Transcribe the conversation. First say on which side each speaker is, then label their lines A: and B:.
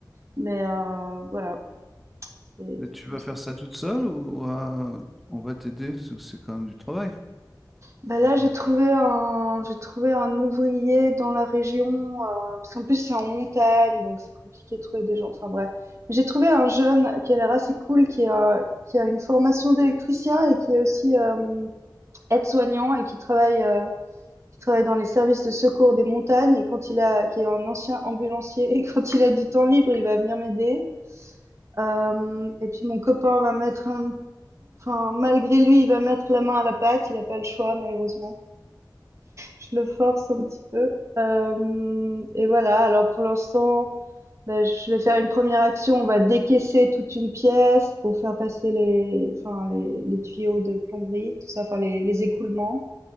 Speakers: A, on the right; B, in the centre.
A: mais heu, voilà, c'est
B: Mais tu
A: c'est
B: vas
A: comme ça.
B: faire ça toute seule ou, ou, euh, on va t'aider? C'est c'est quand même du travail.
A: Bah, là,
B: Ok.
A: j'ai trouvé un j'ai trouvé un ouvrier dans la région, heu, parce qu'en plus, c'est en montagne, donc c'est compliqué de trouver des gens, enfin bref. J'ai trouvé un jeune qui a l'air assez cool, qui a qui a une formation d'électricien et qui est aussi, hem, aide-soignant et qui travaille, heu qui travaille dans les services de secours des montagnes et quand il a, qui est un ancien ambulancier <laughs> et quand il a du temps libre, il va venir m'aider. Euh, et puis mon copain va mettre un, enfin malgré lui, il va mettre la main à la pâte. Il n'a pas le choix malheureusement. Je le force un petit peu. Euh, et voilà. Alors pour l'instant, ben, je vais faire une première action. On va décaisser toute une pièce pour faire passer les, enfin les, les tuyaux de plomberie, tout ça, enfin les, les écoulements.